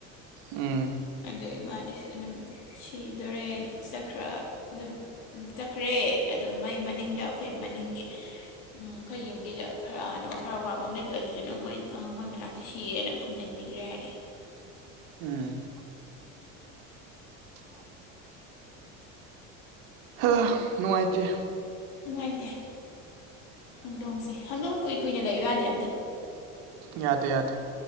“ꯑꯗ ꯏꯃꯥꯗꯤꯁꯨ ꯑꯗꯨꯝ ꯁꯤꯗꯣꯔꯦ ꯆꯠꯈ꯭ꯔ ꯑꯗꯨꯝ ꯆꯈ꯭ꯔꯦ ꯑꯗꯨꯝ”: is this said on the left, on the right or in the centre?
Left